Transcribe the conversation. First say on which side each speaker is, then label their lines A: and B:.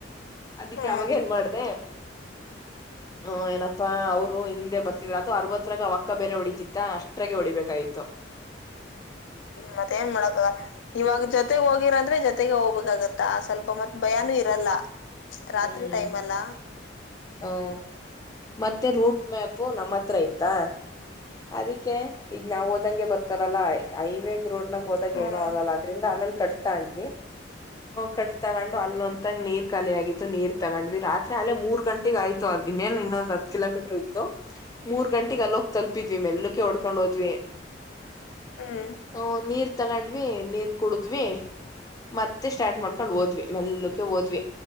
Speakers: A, on the left; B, on the left.
A: ಅದಿಕ್ಕೆ
B: ಹ್ಮ್
A: ಅವಾಗ ಏನ್ ಮಾಡ್ದ ಹ್ಮ ಏನಪ್ಪಾ ಅವರು ಹಿಂದೆ ಬರ್ತಿದ್ರ ಅರವತ್ತರಗ ಒಕ್ಕ ಬೇರೆ ಹೊಡತಿತ್ತ ಅಷ್ಟ್ರಗೆ ಹೊಡಿಬೇಕಾಯ್ತು
B: ಮತ್ತ ಏನ್ ಮಾಡಕ ಇವಾಗ ಜೊತೆಗ್ ಹೋಗಿರಂದ್ರೆ ಜೊತೆಗೆ ಹೋಗ್ಬೇಕಾಗತ್ತಾ ಸ್ವಲ್ಪ ಮತ್ ಭಯಾನೂ ಇರಲ್ಲ
A: ಹ್ಮ್
B: ರಾತ್ರಿ ಟೈಮ್ ಅಲ್ಲ
A: ಹ್ಮ್ ಮತ್ತೆ ರೂಟ್ ಮ್ಯಾಪು ನಮ್ಮ ಹತ್ರ ಆಯತಾ ಅದಕ್ಕೆ ಈಗ ನಾವ್ ಓದಂಗೆ ಬರ್ತಾರಲ್ಲಾ ಹೈವೇ ರೋಡ್ನಾಗ ಹೋದಾಗ
B: ಹ್ಮ್
A: ಏನು ಆಗಲ್ಲ ಅದ್ರಿಂದ ಆಮೇಲೆ ಕಟ್ತೊಂಡ್ವಿ ಕಟ್ ತಗೊಂಡು ಅಲ್ಲಿಂಗ ನೀರ್ ಖಾಲಿ ಆಗ ನೀರ್ ತಗೊಂಡ್ವಿ ರಾತ್ರಿ ಅಲ್ಲೇ ಮೂರ್ ಗಂಟೆಗೆ ಆಯತು ಇನ್ನೇನ್ ಇನ್ನೊಂದು ಹತ್ತು ಕಿಲೋಮೀಟರ್ ಇತ್ತು ಮೂರ್ ಗಂಟೆ ಗಂಟಿಗೆ ಅಲ್ಲೋಗ ತಲ್ಪಿದ್ವಿ ಮೆಲ್ಲಕೆ ಹೊಡ್ಕೊಂಡ್ ಹೋದ್ವಿ
B: ಹ್ಮ್
A: ಹ ನೀರ್ ತಗೊಂಡ್ವಿ ನೀರ್ ಕುಡಿದ್ವಿ ಮತ್ತೆ ಸ್ಟಾರ್ಟ್ ಮಾಡ್ಕೊಂಡ್ ಓದ್ವಿ ಮೆಲ್ಲಕೆ ಓದ್ವಿ